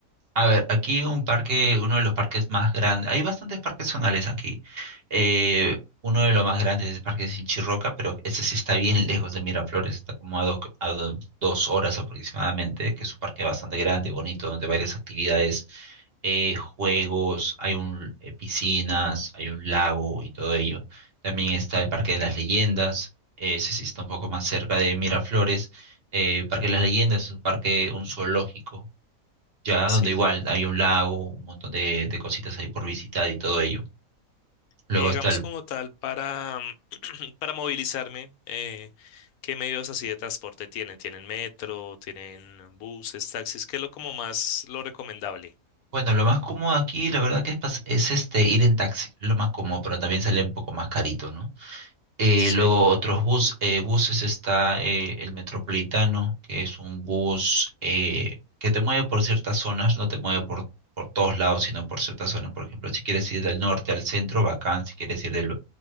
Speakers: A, on the right (about 45°); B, on the left (about 80°).
A: A ver, aquí un parque, uno de los parques más grandes, hay bastantes parques zonales aquí. Eh, uno de los más grandes es el Parque Sinchirroca, pero ese sí está bien lejos de Miraflores, está como a, do- a do- dos horas aproximadamente, que es un parque bastante grande, bonito, donde hay varias actividades, eh, juegos, hay un, eh, piscinas, hay un lago y todo ello. También está el Parque de las Leyendas, eh, ese sí está un poco más cerca de Miraflores. Eh, Parque de las Leyendas es un parque, un zoológico
B: Mm.
A: ya
B: Sí.
A: donde igual hay un lago, un montón de, de cositas ahí por visitar y todo ello. Luego
B: Y digamos
A: está el,
B: como tal para, <clears throat> para movilizarme, eh, ¿qué medios así de transporte tienen? ¿Tienen metro? ¿Tienen buses, taxis? ¿Qué es lo como más lo recomendable?
A: bueno, lo más cómodo aquí, la verdad que es, pas- es este ir en taxi, lo más cómodo, pero también sale un poco más carito, ¿no? Eh,
B: Sí,
A: luego otros bus, eh, buses está eh, el Metropolitano, que es un bus eh, que te mueve por ciertas zonas, no te mueve por, por todos lados, sino por ciertas zonas. Por ejemplo, si quieres ir del norte al centro, bacán. Si quieres ir del,